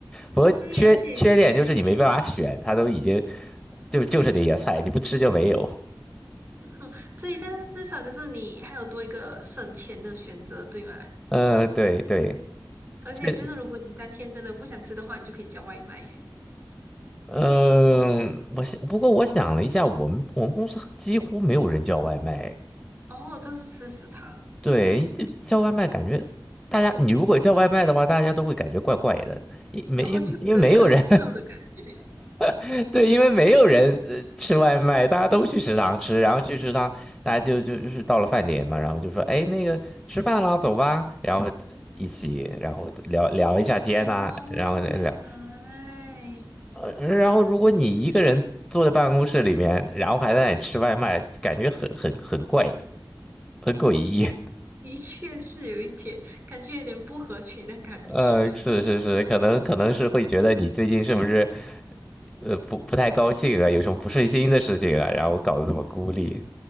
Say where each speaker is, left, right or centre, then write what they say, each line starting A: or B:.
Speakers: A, in the centre; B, on the right (about 35°).
A: 不过缺缺点就是你没办法选，
B: 对，而且
A: 他都已经就就是那些菜，你不吃就没有。
B: <laughs> 对，但是至少就是你还有多一个省钱的选择，对吗？
A: 嗯，对对。
B: 而且就是如果你当天真的不想吃的话，
A: 对，
B: 你就可以叫外卖。
A: 嗯，我想，不过我想了一下，我们我们公司几乎没有人叫外卖。
B: 哦，都是吃食堂，
A: 对，这叫外卖感觉大家，你如果叫外卖的话，大家都会感觉怪怪的，因没因为因为没有人
B: 哦，就可可不吐的感觉。
A: <laughs> 对，因为没有人呃吃外卖，大家都去食堂吃，然后去食堂，大家就就就是到了饭点嘛，然后就说，哎，那个吃饭啦，走吧，然后一起，然后聊聊一下天呐、
B: 哦，
A: 然后聊。
B: 原来
A: 呃，然后如果你一个人坐在办公室里面，然后还在那里吃外卖，感觉很很很怪，很诡异。
B: 的确是有一点，感觉有点不合群的感觉。
A: <laughs> 呃，是是是，可能可能是会觉得你最近是不是呃不不太高兴啊，有什么不顺心的事情啊，然后搞得这么孤立，